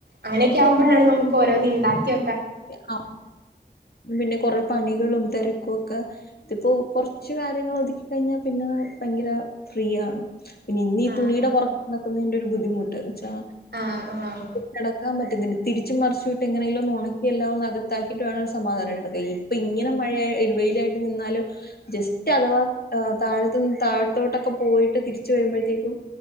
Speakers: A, on the right; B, on the left.
A: അങ്ങനൊക്കെ
B: അപ്പൊ
A: ആകുമ്പോഴാണ് നമുക്ക് ഓരോന്ന് ഉണ്ടാക്കിയ
B: ആ, പിന്നെ കൊറെ പണികളും തിരക്കൊക്കെ ഇതിപ്പോ കുറച്ച് കാര്യങ്ങൾ ഒതുക്കി കഴിഞ്ഞാൽ പിന്നെ ഭയങ്കര ഫ്രീ ആണ് പിന്നെ ഇന്ന് ഈ
A: ആഹ്
B: തുണിയുടെ പുറകെ നിക്കുന്നതിന്റെ ഒരു ബുദ്ധി ബുദ്ധിമുട്ട്
A: ആഹ് ആഹ്
B: കിടക്കൻ പറ്റ തിരിച്ച് മറിച്ചുവി എങ്ങനെയെങ്കിലും ഒന്ന് ഒണ എല്ലാം ഒന്ന് അകത്താക്കിയിട്ട് വേണം ഒരു സമാധാനമായിട്ട് കിടക്കാൻ, ഇപ്പൊ ഇങ്ങനെ മഴയ, വെയിലായിട്ട് നിന്നാലും ജസ്റ്റ് അഥവാ താഴത്ത്, താഴത്തോട്ടൊക്കെ പോയിട്ട് തിരിച്ചു വരുമ്പോഴത്തേക്കും